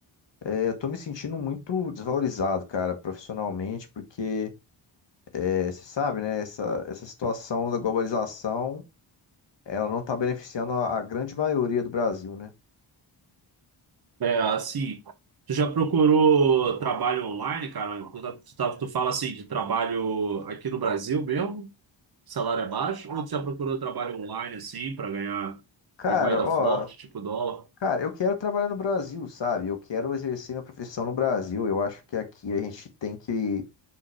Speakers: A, on the left; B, on the right.
A: é, eu tô me sentindo muito desvalorizado, cara, profissionalmente, porque é, você sabe, né, essa, essa situação da globalização. Ela não tá beneficiando a a grande maioria do Brasil, né?
B: É, assim, tu já procurou trabalho online, cara? Tu, tá- tu, tá- tu fala assim de trabalho aqui no Brasil mesmo, salário é baixo, ou tu já procurou trabalho online assim pra ganhar
A: Cara,
B: em moeda
A: ó,
B: forte, tipo dólar?
A: cara, eu quero trabalhar no Brasil, sabe? Eu quero exercer minha profissão no Brasil. Eu acho que aqui a gente tem que,